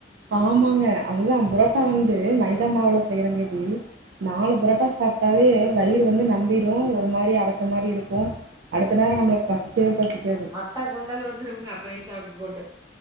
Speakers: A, on the right; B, on the right.
A: ஆமாங்க அதுதா புரோட்டா வந்து மைதா மாவுல செய்யறங்கேட்டி நாலு புரட்டா சாப்ட்டாவே வயிறு வந்து நம்பிரு ஒரு மாரி அடச்ச மாரி இருக்கு அடுத்த நேர நம்ப்ளுக்கு பசிக்கவே பசிக்காது
B: டா குந்தல் வந்துரும்ங்க அத்தனை சாப்ட்டு போட்டு